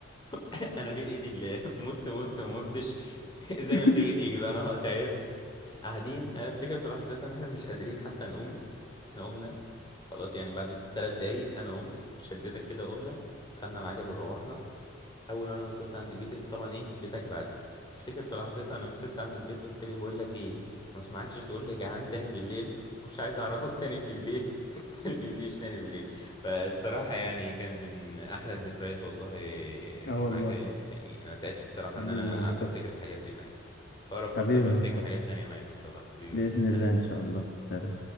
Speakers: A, on the left; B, on the left.
A: <laughs> انا بين ايدي اللي <laughs> مت مت ما متش <laughs> زي
B: <laughs>
A: ما تيجي تيجي بقى انا تعبت قاعدين انا افتكر في لحظات ان احنا مش قادرين حتى نقوم احنا قمنا خلاص يعني بعد ثلاث دقايق انا قمت وشدتك كده وقمنا خدنا العجل وروحنا اول وانا وصلت عند بيتي انت طبعا ايه بيتك بعدي افتكر في لحظتها انا وصلت عند البيت قلت لي بقول لك ايه ما اسمعكش تقول لي جعان تاني بالليل ومش عايز اعرفك تاني بالليل <laughs> ما تكلمنيش تاني بالليل فالصراحه يعني كان من احلى الذكريات والله
B: اه والله
A: معاك يا يوسف يعني انا سعدت بصراحه
B: حبيبي
A: ان انا
B: يا مصطفى
A: قعدت افتكر الحاجات دي معاك اقرب فرصه
B: حبيبي
A: بفتكر
B: يا مصطفى
A: حاجات تانية معاك ان شاء الله حبيبي يا
B: بإذن
A: يوسف سلام
B: الله إن شاء الله سلام